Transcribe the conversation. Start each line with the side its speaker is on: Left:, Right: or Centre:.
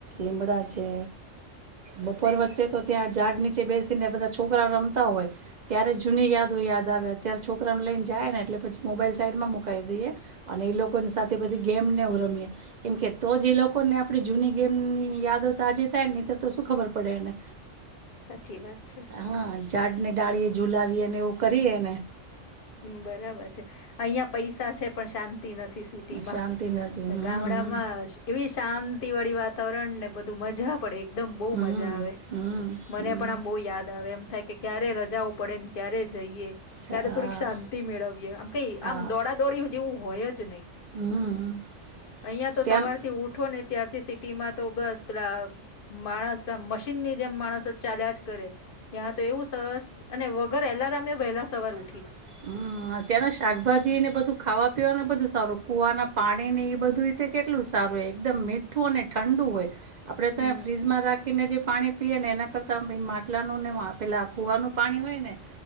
Right: લીમડા છે બપોર
Left: બરાબર
Right: વચ્ચે તો ત્યાં ઝાડ ની બેસીને બધા છોકરાઓ રમ હોય ત્યારે જૂની યાદો યાદ આવે અત્યારે છોકરાને લઈને જાય ને એટલે પછી મોબાઈલ સાઈડમાં મુકાઈ દઈએ અને એ લોકોની સાથે બધી ગેમનેવું રમીએ કેમકે તો જ એ લોકોને આપણી જૂની ગેમ યાદો તો આજે થાય નહી તોર તો શું ખબર પડે એને
Left: સાચી વાત છે
Right: <unintelligible> ઝાડને ડાળીએ ઝુલાવી ને એવું કરીએ
Left: બરાબર છે અહિયાં પૈસા છે પણ શાંત નથી સિટીમાં
Right: શાંતિ નથી હમ
Left: ગામડામાં એવી શાંત વાળી વાતાવરણ ને બધું મજા પડે એકદમ બહુ
Right: હમ હમ
Left: મજા આવે
Right: હમ
Left: મને
Right: હમ
Left: પણ આમ બહુ યાદ આવે એમ થાય કે ક્યારે રજાઓ પડે ને ક્યારે જઈએ
Right: જા
Left: ક્યારે થોડીક
Right: આ
Left: શાંતિ મેળવીય આમ કઈ
Right: આ
Left: આમ દોડા દોડી જેવું હોય જ નહી
Right: હં
Left: અહીં તો
Right: ત્યાં
Left: સવારથી ઉઠો ને ત્યારથી સી સીટી માં તો બસ પેલા માણસ મશીનની જેમ માણસ ચાલ્યા જ કરે ત્યાં તો એવું સરસ. અને વગર એલાર્મે એ વહેલા સવાર ઉઠ
Right: હમ ત્યાંના શાકભાજીને બધું ખાવા અને બધું સારું કુવાના પાણી ની એ બધું રીતે કેટલું સારું એકદમ મીઠું અને ઠંડુ હોય. આપણેે
Left: હમ
Right: તોં ફ્રીજમાં રાખીને જે પાણી પીએ ને એના કરતાં આમડા માટલાનું ને પેલાં કૂવાનું પાણી હોય ને